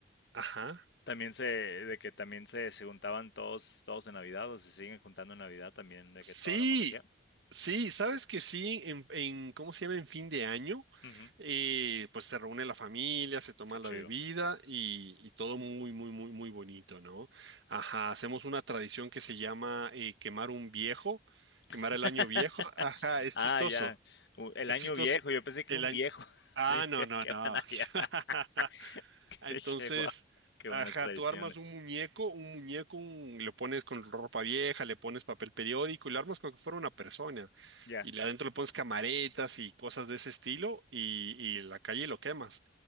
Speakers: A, on the right (about 70°); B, on the left (about 60°).
A: ajá.
B: También se, de que también se, se juntaban todos, todos en Navidad, o se siguen juntando en Navidad también, de
A: Sí,
B: que toda la familia.
A: sí, sabes que sí, en, en- ¿cómo se llama? En fin de año,
B: Ujú,
A: eh, pues se reúne la familia, se toma
B: qué
A: la
B: chido.
A: bebida y, y todo muy, muy, muy, muy bonito, ¿no? Ajá, hacemos una tradición que se llama eh, quemar un viejo, quemar
B: <laughs>
A: el año viejo. Ajá, es
B: Ah,
A: chistoso,
B: ya. u- El
A: es
B: año
A: chistoso.
B: viejo, yo pensé que
A: El
B: un
A: año...
B: viejo.
A: Ah,
B: <laughs> Dije,
A: no, no,
B: ¿qué
A: no.
B: van allá?
A: <laughs>
B: <laughs>
A: Ah,
B: Dije,
A: Entonces,
B: wow, qué
A: ajá,
B: buenas tradiciones.
A: tú armas un muñeco, un muñeco, un- le pones con ropa vieja, le pones papel periódico y lo armas como que fuera una persona.
B: Ya,
A: Y le- adentro le pones camaretas y cosas de ese estilo y, y en la calle lo quemas.